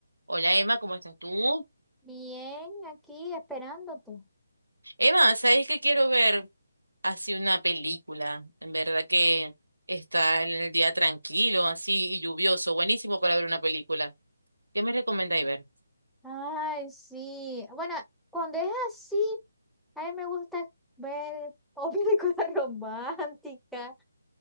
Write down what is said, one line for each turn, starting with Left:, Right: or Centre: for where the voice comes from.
Right: Hola Emma, ¿cómo estás tú?
Centre: Bien, aquí esperándote.
Right: Emma, ¿sabes que quiero ver así una película? En verdad que está el día tranquilo, así y lluvioso, buenísimo para ver una película. ¿Qué me recomendáis ver?
Centre: Ay, sí. Bueno, cuando es así, a mí me gusta ver o <laughs> películas románticas